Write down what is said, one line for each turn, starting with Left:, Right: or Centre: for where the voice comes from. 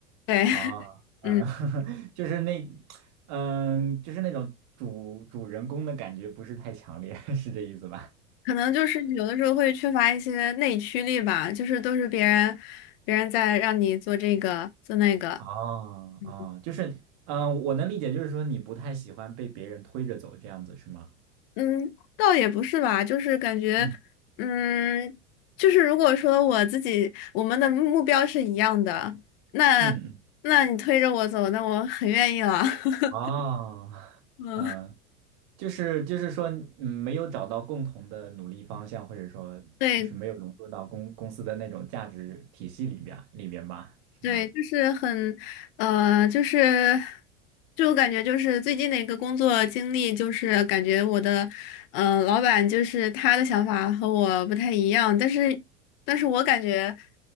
Left: 对，<laughs>
Right: 哦，呃，
Left: 嗯，
Right: <laughs> 就是那，嗯，就是那种主主人公的感觉不是太强烈，<laughs> 是这意思吧？
Left: 可能就是有的时候会缺乏一些内驱力吧，就是都是别人，别人在让你做这个做那个。
Right: 哦哦，
Left: 嗯
Right: 就是，嗯、我能理解，就是说你不太喜欢被别人推着走这样子，是吗？
Left: 嗯，倒也不是吧，就是感觉，
Right: 嗯
Left: 嗯，就是如果说我自己我们的目标是一样的，那那你推着我走，
Right: 嗯嗯，
Left: 那我很愿意了。<laughs>
Right: 哦，
Left: 嗯，
Right: 嗯，就是就是说，嗯，没有找到共同的努力方向，或者说就是没有融入到公公司的那种价值体系里边里边吧，
Left: 对，
Right: 是吗？
Left: 对，就是很，呃，就是，就我感觉就是最近的一个工作经历，就是感觉我的，嗯、老板就是他的想法和我不太一样，但是，但是我感觉